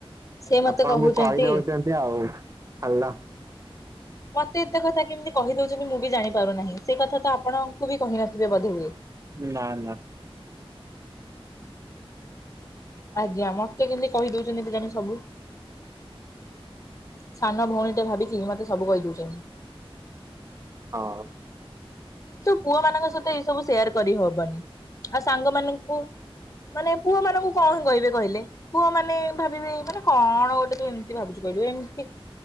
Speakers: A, on the left; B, on the right.
A: ସେ ମତେ
B: ଆପଣଙ୍କୁ
A: କହୁଛନ୍ତି
B: କହିଦଉଛନ୍ତି ଆଉ ଭଲ।
A: <inaudible> ମତେ ଏତେ କଥା କେମିତି କହିଦଉଛନ୍ତି ମୁଁ ବି ଜାଣିପାରୁନାହିଁ ସେ କଥା ତ ଆପଣଙ୍କୁ ବି କହିନଥିବେ ବୋଧେ ହୁଏ।
B: ନା ନା।
A: ଆଜ୍ଞା ମତେ କେମିତି କହି ଦଉଛନ୍ତି କେଜାଣି ସବୁ। ସାନ ଭଉଣୀଟେ ଭାବିକି ମତେ ସବୁ କହି ଦଉଛନ୍ତି।
B: ହଁ।
A: ପୁଅ ମାନଙ୍କ ସହିତ ଇ ସବୁ ସେୟାର କରିହବନି ଆଉ ସାଙ୍ଗ ମାନଙ୍କୁ। ମାନେ ପୁଅ ମାନଙ୍କୁ କଣ କହିବି କହିଲେ ପୁଅ ମାନେ ଭାବିବେ ମାନେ କଣ ଗୋଟେ ତୁ ଏମିତି ଭାବୁଛୁ। କେଡିଏମ।